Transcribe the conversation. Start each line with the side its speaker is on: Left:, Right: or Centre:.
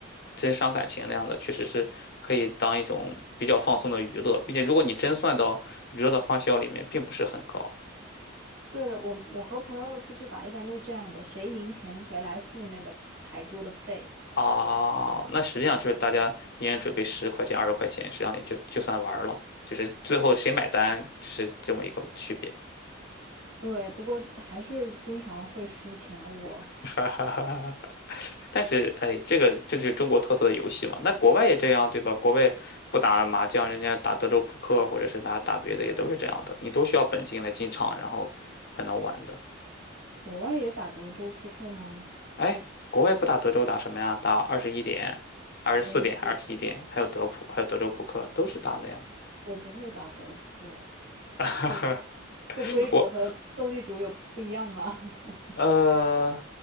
Left: 真伤感情那样的，确实是可以当一种比较放松的娱乐，并且如果你真算到娱乐的花销里面，并不是很高
Right: 对的，我我和朋友出去打，一般都是这样的，谁赢钱谁来付那个台桌的费。
Left: 啊，那实际上就是大家一人准备十块钱、二十块钱，实际上也就就算玩儿了，就是最后谁买单，就是这么一个区别。
Right: 对，不过还是经常会输钱。我
Left: <laughs> 但是，哎，这个这就是中国特色的游戏嘛。那国外也这样，对吧？国外不打麻将，人家打德州扑克，或者是打打别的，也都是这样的。你都需要本金来进场，然后才能玩的。
Right: 国外也打德州扑克吗？
Left: 哎，国外不打德州，打什么呀？打二十一点、二十四点、
Right: 我不知
Left: 二十一点，还有德普，还有德州扑克，都是打的呀。
Right: 我不会打德扑，哎，
Left: <laughs>
Right: 这个这规则和斗地主有不一样吗？
Left: 我
Right: <laughs>
Left: 呃，